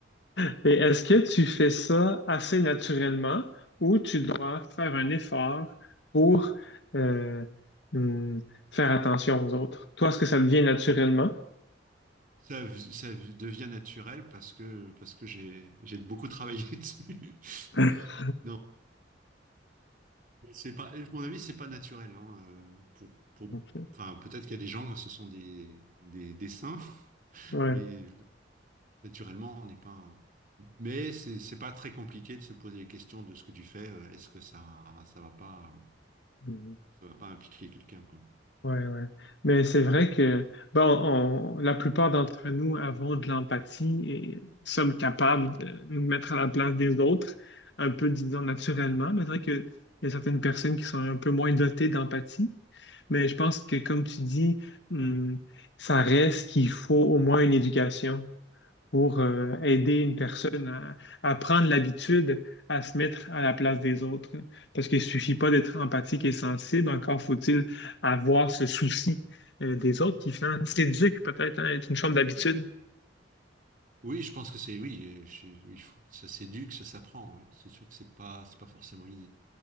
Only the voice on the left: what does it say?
<laughs> Et est-ce que tu fais ça assez naturellement ou tu dois faire un effort pour euh, hmm, faire attention aux autres? Toi, est-ce que ça devient naturellement?
<laughs>
Ok.
Ouais.
Mhm.
Ouais, ouais. Mais c'est vrai que bon, on- la plupart d'entre nous avons de l'empathie et sommes capables de nous mettre à la place des autres, un peu, disons, naturellement. Mais c'est vrai qu'il y a certaines personnes qui sont un peu moins dotées d'empathie. Mais je pense que, comme tu dis, hum, ça reste qu'il faut au moins une éducation pour euh, aider une personne à, à prendre l'habitude à se mettre à la place des autres. Parce qu'il suffit pas d'être empathique et sensible, encore faut-il avoir ce souci euh, des autres qui finalement s'éduque peut-être à être une forme d'habitude.